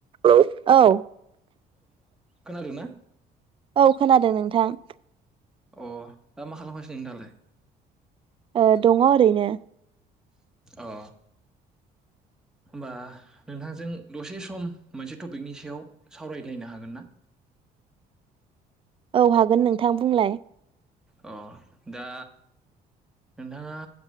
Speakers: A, on the right; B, in the centre.
A: Hello औ
B: खोनादोंना
A: औ खोनादों नोंथां।
B: अ दा मा खालामगासिनो नोंथांआलाय
A: ओ दङ ओरैनो
B: अ होनबा नोंथांजों दसे सम मोनसे टपिकनि सायाव सावरायलायनो हागोन ना।
A: औ हागोन नोंथां बुंलाय
B: अ दा नोंथाङा